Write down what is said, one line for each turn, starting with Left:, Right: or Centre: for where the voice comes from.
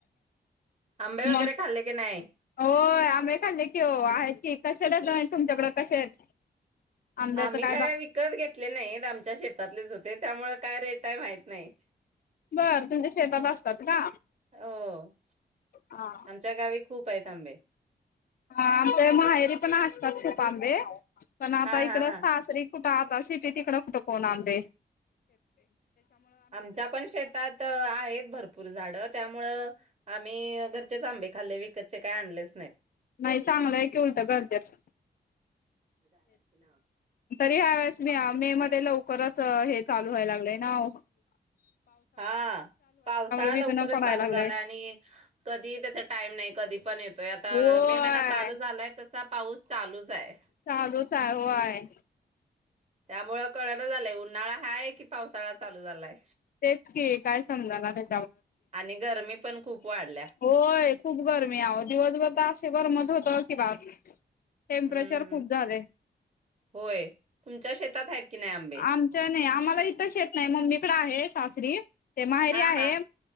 Right: आंबे वगैरे
Left: मग
Right: खाल्ले की नाही?
Left: होय, आंबे खाल्ले कि ओ आहेत, की कसे डझन आहेत तुमच्याकडं कसे आहेत. आंब्याचं
Right: आम्ही काय
Left: बा
Right: विकत घेतले नाही आमच्या शेतातलेच होतेत त्यामुळे काय रेट आहे माहित नाही.
Left: बर तुमच्या शेतात असतात का?
Right: हो
Left: हा
Right: आमच्या गावी खुप आहेत आंबे
Left: हा आमच्या माहेरी पण असतात खूप आांबे. पण आता
Right: हा
Left: इकड
Right: हा हा
Left: सासरी कुठ आता सिटीत हिकड कुठ कोण आणतय
Right: आमच्या पण शेतात आहेत भरपूर झाड त्यामुळं आम्ही घरचेच आंबे खाल्ले विकतचे काय आणलेच नाहीत.
Left: नाही चांगलं आहे की उलटं घरचेच
Right: झाडांची नाव
Left: तरी ह्या वेळेस मी मे मध्ये लवकरच हे चालू व्हायला लागलंय ना हो?
Right: हा पावसाळा
Left: विघ्न
Right: लवकरच
Left: पडायला
Right: चालू
Left: लागलंय
Right: झालाय आणि कधी त्याचा टाइम नाही कधी पण येतोय. आता
Left: होय
Right: मे महिना चालू झालाय तर ता पाऊस चालूच हाय
Left: चालूच आहे व्हय
Right: त्यामुळं कळण झालंय उन्हाळा हाय की पावसाळा चालू झालाय.
Left: तेच की काय समजा ब
Right: आणि गरमी पण खूप वाढल्या
Left: होय खूप गरमी अहो, दिवसभर तर अस गरम होत हो ठेव की बास. टेम्परेचर
Right: हम्म हम्म
Left: खूप झालय.
Right: होय. तुमच्या शेतात आहेत की नाही आंबे
Left: आमच्या नाही आम्हाला इथं शेत नाही मम्मीकडे आहे सासर श्री ते माहेरी
Right: हा
Left: आहे.
Right: हा